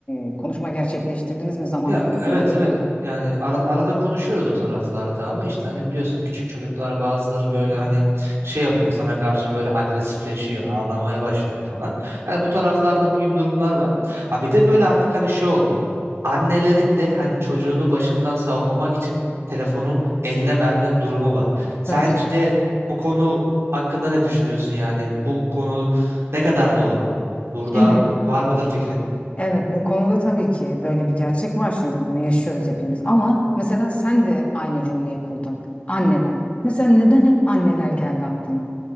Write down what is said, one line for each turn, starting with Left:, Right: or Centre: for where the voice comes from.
Left: e, konuşma gerçekleştirdiniz mi zaman
Right: Ya
Left: konusunda?
Right: evet evet yani arada, arada konuşuyoruz o taraflarda ama işte hani biliyorsun küçük çocuklar bazıları böyle
Left: Hı
Right: hani
Left: hı.
Right: şey yapıyor sana karşı böyle agresifleşiyor ağlamaya başlıyor falan. Yani bu taraflarda bu gibi durumlar var. Ha bir de böyle artık hani şey oldu annelerin de hani çocuğunu başından savmak için telefonu eline verme durumu var. Sence
Left: Tabii ki.
Right: bu konu hakkında ne düşünüyorsun yani bu konu ne kadar doğru? Burada
Left: Şimdi
Right: var mıdır fikrin?
Left: evet bu konuda tabii ki böyle bir gerçek var şimdi bunu yaşıyoruz hepimiz ama mesela sen de aynı cümleyi kurdun. Anneler. Mesela neden hep anneler geldi aklına?